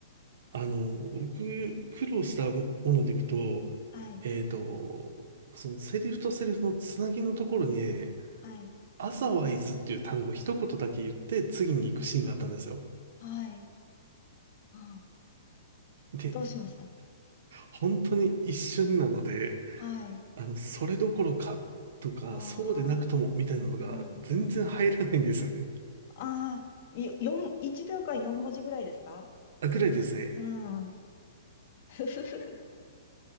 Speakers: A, on the right; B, on the left.
A: あの、僕苦労したものでいくと、
B: はい。
A: えっと、そのセリフとセリフのつなぎのところに、
B: はい。
A: アザワイズっていう単語を一言だけ言って次に行くシーンがあったんですよ。
B: あーはい。うん。
A: で、
B: どうしました
A: 本当に一瞬なので、
B: はい。
A: あの、それどころかとか、
B: ああ、
A: そうでなくともみたいなのが全然入らないんですよね。
B: うん、うん。ああ、よ四1秒間4文字ぐらいですか
A: あ、ぐらいですね。
B: うん。<laughs> ふふふふ